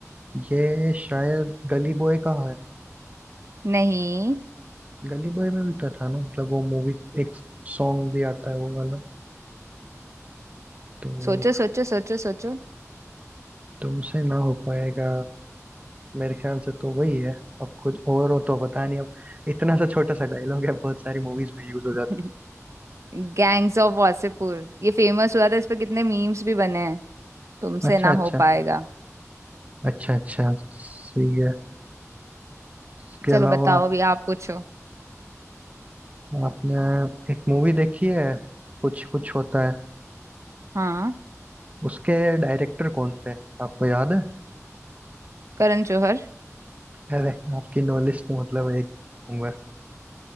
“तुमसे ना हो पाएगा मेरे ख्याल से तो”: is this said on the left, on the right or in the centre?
Right